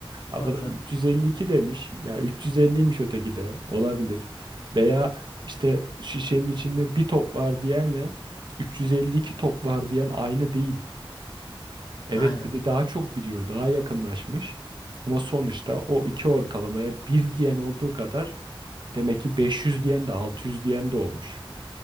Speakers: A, on the right (about 55°); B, on the left (about 50°).
A: Ama
B: tabii
A: adam
B: canım.
A: 352 demiş. Ya 350'ymiş öteki de. Olabilir. Veya işte şişenin içinde bir top var diyenle 352 top var diyen aynı değil. Evet
B: Aynen.
A: biri daha çok biliyor, daha yakınlaşmış. Ama sonuçta o iki ortalamaya bir diyen olduğu kadar demek ki 500 diyen de 600 diyen de olmuş.